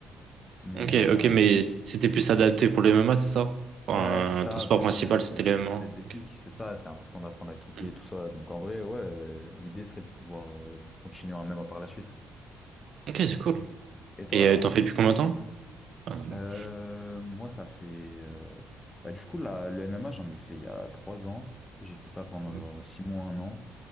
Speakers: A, on the left (about 25°); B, on the right (about 65°).
A: Mais
B: Ok,
A: euh,
B: ok, mais c'était plus adapté pour le MMA, c'est ça? Enfin,
A: ouais, c'est ça,
B: ton sport
A: plus
B: principal,
A: le,
B: c'était
A: le
B: le MMA.
A: le fait de kick.
B: Ok,
A: C'est ça, c'est important d'apprendre à kicker
B: Mm.
A: et tout ça. Donc en vrai, ouais, euh, l'idée serait de pouvoir euh, continuer hein, même par la suite.
B: Ok, c'est cool.
A: Et toi
B: Et
A: alors?
B: euh, t'en fais depuis combien de temps? Ah, non, non.
A: Euh, moi, ça fait. euh, Bah, du coup, là, le MMA, j'en ai fait il y a trois ans. J'ai fait ça pendant
B: Mm.
A: genre six mois, un an.